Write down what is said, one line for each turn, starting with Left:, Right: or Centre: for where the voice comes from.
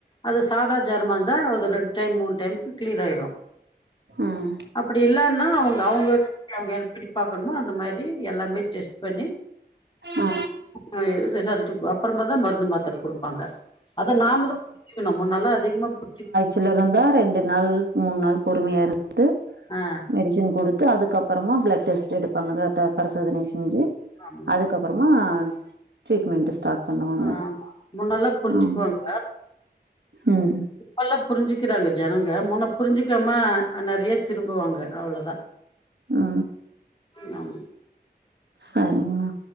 Left: அது சாதா ஜொரமா இந்தா அது ரெண்டு டைம் மூணு டைமுக்கு கிளீர் ஆயிடு
Right: ம்
Left: அப்டி இல்லன்னா அவங்க அவங்க அவங்க எ எப்டி பாக்கணுமோ அந்த மாரி எல்லாமே டெஸ் பண்ணி
Right: ஆ
Left: ஆ ரிசல்ட்டு அப்பறமா தா மருந்து மாத்தர குடுப்பாங்க அத நாம தா கணு முன்னல்லா அதிகமா புசி
Right: தில்லர் இரந்தா ரெண்டு நாள் மூணு நாள் பொறுமையா இருந்துட்டு
Left: ஆ
Right: மெடிசின் குடுத்து அதுக்கப்பறமா பிளட் டெஸ்ட் எடுப்பாங்க ரத்த பரிசோதனை செஞ்சு
Left: ஆ
Right: அதுக்கப்பறமா ட்ரீட்மெண்ட் ஸ்டார்ட் பண்ணுவாங்க
Left: ஆ முன்னல்லா புரிஞ்சுக்குவாங்க
Right: ம் ம்
Left: இப்பல்லா புரிஞ்சுக்கிறாங்க ஜனங்க முன்ன புரிஞ்சிக்காம நெறைய திரும்புவாங்க அவ்ளோதா
Right: ஆ
Left: நம்
Right: சரிமா